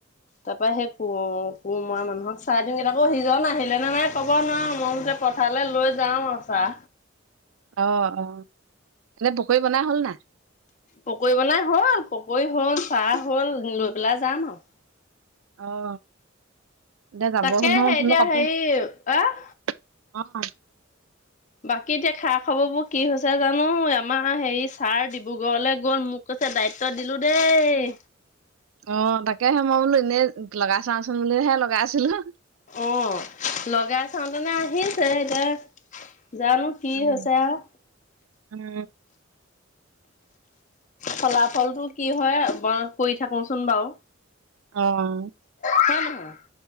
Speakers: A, on the left; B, on the right.
A: তাৰ পৰা সেই কোৰ কোৰ মৰা মানুহক চাহ দিও তাকো সিজন আহিলে নে নাই ক'ব নোৱাৰো। মই বোলো পথাৰলে লৈ যাওঁ আও চাহ।
B: অঁ অঁ, এনে পকৰি বনাই হ'ল নাই?
A: পকৰি বনাই হ'ল। পকৰি হ'ল, চাহ হ'ল লৈ পেলাই যাম আৰু।
B: অঁ এতিয়া যাব
A: তাকেহে
B: হ'ল নহয়
A: এতিয়া হেৰি আহ
B: <unintelligible> অঁ।
A: বাকী এতিয়া খা খবৰ বোৰ কি হৈছে জানো। আমাৰ হেৰি ছাৰ ডিব্ৰুগড়লে গ'ল মোক কৈছে দায়িত্ব দিলো দেই।
B: অঁ তাকেহে মই বোলো এনেই লগাই চাওঁচোন বুলিহে লগাইছিলোঁ।
A: অঁ লগাই চাওঁতেনে আহিছে, এতিয়া জানো কি
B: উম
A: হৈছে আৰু
B: উম।
A: ফলাফলটো কি হয় <unintelligible> কৰি থাকোচোন বাৰু।
B: অঁ।
A: হয় নহয়?